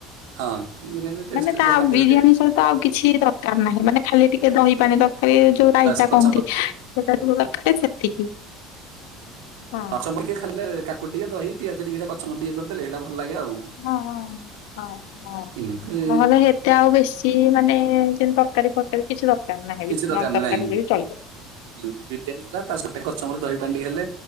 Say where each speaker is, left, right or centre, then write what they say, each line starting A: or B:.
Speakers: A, on the right; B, on the left.
A: ହଁ ବିରିୟାନୀ ଟେଷ୍ଟ
B: ମାନେ ତା
A: ଖାଦ୍ୟ
B: ବିରିୟାନୀ
A: ଟା ଟିକେ
B: ସହିତ ଆଉ କିଛି ଦରକାର ନାହିଁ। ମାନେ ଖାଲି ଟିକେ ଦହି ପାଣି ତ କାରି ଯୋଉଁ ରାଇତା
A: ବାସ୍ କଚମ୍ବର
B: କହନ୍ତି ସେଟା ଟ ଦରକାର ସେତିକି। ହଁ
A: କଚମବର ଟିକେ ଖାଲେ କାକୁ ଟିକେ ଦହି ପିଆଜ ଟିକଟ କଚମବର ଟିକେ କରିଦେଲେ ସେଇଟା ଭଲ ଲାଗେ ଆଉ।
B: ହଁ ହ ହଁ
A: ଏମିତି
B: ହ ନହେଲେ ସେତେ ଆଉ ବେଶୀ ମାନେ ତରକାରୀ ଫରକାରୀ କିଛି ଦରକାର ନାହିଁ।
A: କିଛି
B: ବି
A: ଦୋକାନରେ
B: ନ ଦରକାର
A: ନହିଁ
B: ହେଲେ ବି ଚଳିବ।
A: ବିରିୟାନୀ ହେଲା ତା ସାଙ୍ଗେ କଚମବର ଦହି ପାଣିହେଲେ